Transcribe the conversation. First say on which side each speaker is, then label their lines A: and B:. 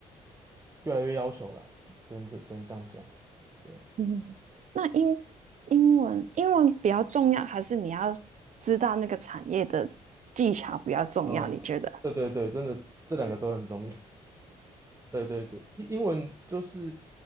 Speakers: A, on the right; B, on the right.
A: 越来越要求啦，只能只能这样讲，对吧？
B: 嗯，那英英文英文比较重要，还是你要知道那个产业的技巧比较重要？
A: 嗯，
B: 你觉得？
A: 对对对，真的这两个都很重要。对对对，英英文就是